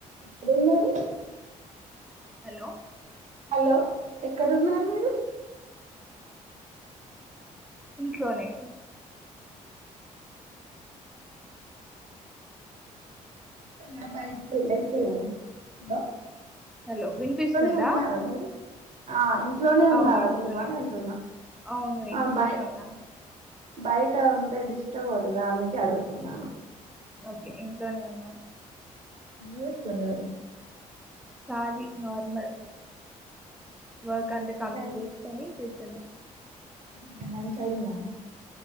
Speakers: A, on the right; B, in the centre.
A: ఎక్కడున్నారు?
B: Hello
A: hello ఎక్కడున్నారు మీరు?
B: ఇంట్లోనె
A: ఓహ్ బైటికెల్లారా? <unintelligible>
B: హలో వినిపిస్తుందా
A: ఇంట్లోనే ఉన్నారా మీరు? ఆ ఇంట్లోనే ఉన్నారా
B: అవును ఇంట్లోనే
A: మీరు అని అంటున్నా
B: అవును ఇంట్లోనే
A: ఆ బయ్
B: ఉన్నాను
A: బయట ఉంటే డిస్టర్బ్ అవుతుంది అందుకె అడుగుతున్నాను.
B: ఓకె ఇంట్లోనే ఉన్నా.
A: యుఎస్ అన్నారు
B: కాలి నార్మల్. వర్క్ అంతా
A: లంచ్
B: కంప్లీట్ చేసుకొని కూర్చున్నాం.
A: మ్ హు లంచ్ అయిందా?